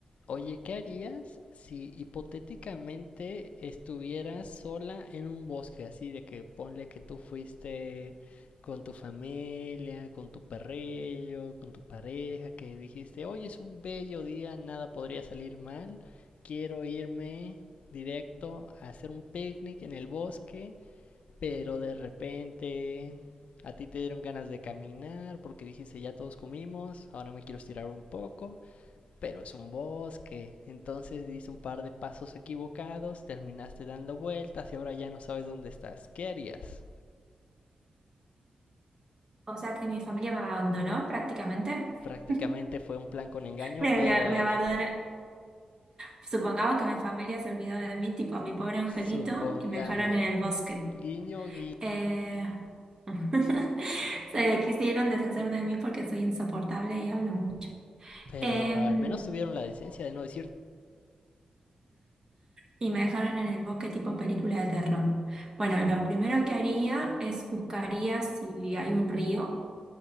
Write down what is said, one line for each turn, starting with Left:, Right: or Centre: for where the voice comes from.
Left: Oye, ¿qué harías si hipotéticamente estuvieras sola en un bosque? Así de que ponle que tú fuiste con tu familia, con tu perrillo, con tu pareja, que dijiste, hoy es un bello día, nada podría salir mal, quiero irme directo a hacer un picnic en el bosque, pero de repente a ti te dieron ganas de caminar porque dijiste, ya todos comimos, ahora me quiero estirar un poco pero es un bosque. Entonces dice un par de pasos equivocados, terminaste dando vueltas y ahora ya no sabes dónde estás. ¿Qué harías?
Right: O sea que mi familia me abandonó prácticamente.
Left: Prácticamente
Right: <laughs>
Left: fue un plan con engaño,
Right: Me,
Left: pero
Right: me, me abandonó. Supongamos que mi familia se olvidó de mí, tipo a mi pobre angelito,
Left: supongamos,
Right: y me dejaron en el bosque.
Left: guiño, guiño.
Right: Eh, <laughs> Se quisieron deshacer de mí porque soy insoportable y hablo mucho.
Left: Pero
Right: Em,
Left: al menos tuvieron la decencia de no decir,
Right: y me dejaron en el bosque tipo película de terror. Bueno, lo primero que haría es buscaría si hay un río